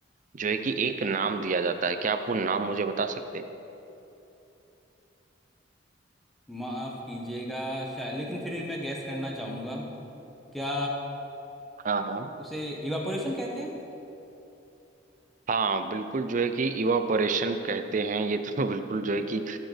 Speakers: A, on the right; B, in the centre.
A: जो है कि एक नाम दिया जाता है क्या आप वो नाम मुझे बता सकते हैं
B: माफ कीजिएगा शायद लेकिन फिर भी मैं गैस करना चाहूंगा क्या
A: हाँ हाँ
B: उसे इवापोरेशन कहते हैं
A: हाँ बिल्कुल जो है कि इवापोरेशन कहते हैं ये तो <laughs> बिल्कुल जो है कि